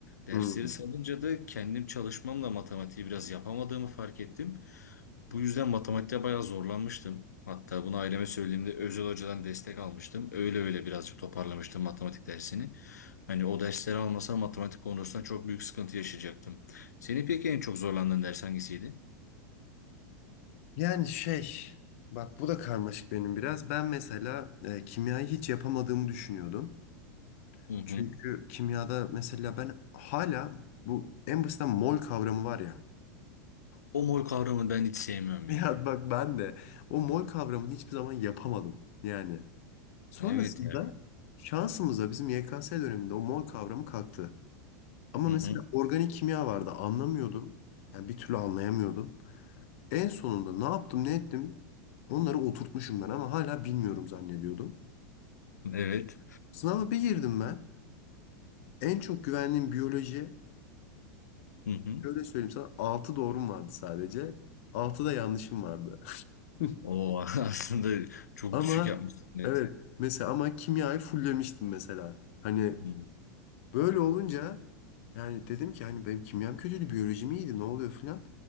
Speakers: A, on the left (about 70°); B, on the left (about 50°).
A: Dersleri
B: Hmm.
A: salınca da kendim çalışmamla matematiği biraz yapamadığımı fark ettim. Bu yüzden matematikte bayağı zorlanmıştım. Hatta bunu aileme söylediğimde özel hocadan destek almıştım. Öyle öyle birazcık toparlamıştım matematik dersini. Hani o dersleri almasam matematik konusunda çok büyük sıkıntı yaşayacaktım. Seni peki en çok zorlandığın ders hangisiydi?
B: Yani şey bak bu da karmaşık benim biraz. Ben mesela e, kimyayı hiç yapamadığımı düşünüyordum.
A: Hı hı.
B: Çünkü kimyada mesela ben hala bu en basitten mol kavramı var ya.
A: O mor kavramı ben hiç sevmiyorum ya.
B: Ya bak ben de o mol kavramını hiçbir zaman yapamadım yani. Sonrasında
A: Evet ya.
B: şansımıza bizim YKS döneminde o mol kavramı kalktı. Ama
A: Hı
B: mesela
A: hı.
B: organik kimya vardı anlamıyordum. Yani bir türlü anlayamıyordum. En sonunda ne yaptım ne ettim onları oturtmuşum ben ama hala bilmiyorum zannediyordum.
A: Evet.
B: Sınava bir girdim ben. En çok güvendiğim biyoloji
A: Hı hı.
B: şöyle söyleyeyim sana 6 doğrum vardı sadece. altı da yanlışım vardı. <laughs>
A: O <laughs> aslında çok
B: Ama
A: düşük yapmışsın. Evet.
B: evet mesela ama kimyayı fullemiştim mesela. Hani
A: Hı
B: böyle olunca yani dedim ki hani benim kimyam kötüydü, biyolojim iyiydi ne oluyor filan.